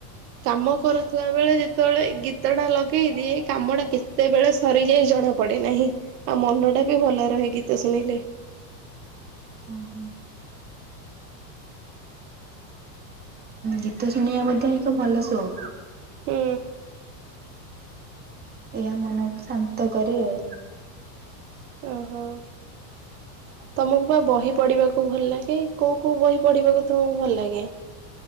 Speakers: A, on the right; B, on the right.
A: କାମ କରୁଥିବା ବେଳେ ଯେତେବେଳେ ଗୀତ ଟା ଲଗେଇ ଦିଏ କାମ ଟା କେତେବେଳେ ସରିଯାଏ ଜଣା ପଡେ ନାହିଁ ଆଉ ମନ ଟା ବି ଭଲ ରହେ ଗୀତ ଶୁଣିଲେ।
B: ଓୁ ହୁଁ। ଗୀତ ଶୁଣିବା ବ ଏକ ଭଲ ସଉକ୍
A: ହୁଁ।
B: ଏହା ମନକୁ ଶାନ୍ତ କରେ ଆଉ।
A: ଓହୋ।
B: <inaudible>
A: ତମକୁ ବା ବହି ପଢିବାକୁ ଭଲ ଲାଗେ। କୋଉ କୋଉ ବହି ପଢିବାକୁ ତମକୁ ଭଲ ଲାଗେ?